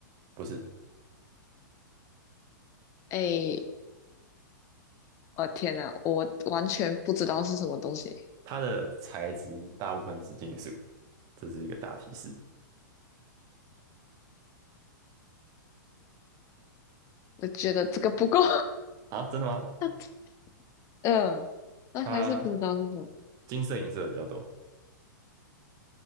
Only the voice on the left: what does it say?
哎，我天呐，我完全不知道是什么东西。
我觉得这个不够，
<laughs> 嗯，那还是不知道是什么。